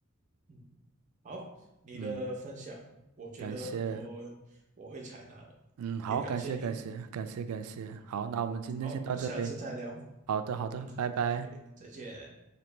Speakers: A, on the right; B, on the right.
A: 嗯好，你的分享，
B: 嗯，
A: 我觉得很多我会采纳的，
B: 感谢。嗯，好，
A: 也感谢你。
B: 感谢感谢感谢感谢，好，那我们今天先到这里。
A: 好，我们下次再聊。
B: 好的好的，
A: 嗯，
B: 拜拜。
A: 诶再见。